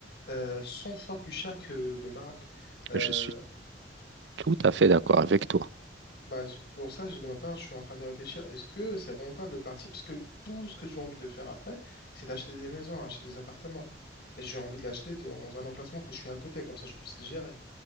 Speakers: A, on the left (about 65°); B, on the right (about 80°).
A: euh, 100 fois plus cher que le Maroc. Euh,
B: Je suis tout à fait d'accord avec toi.
A: bah, c'est pour ça, je- de ma part, je suis en train de réfléchir, est-ce que c'est rentable de partir? Parce que tout ce que j'ai envie de faire après, c'est d'acheter des maisons, hein, acheter des appartements. Et j'ai envie de l'acheter dans un emplacement que je suis à côté, comme ça je puisse les gérer.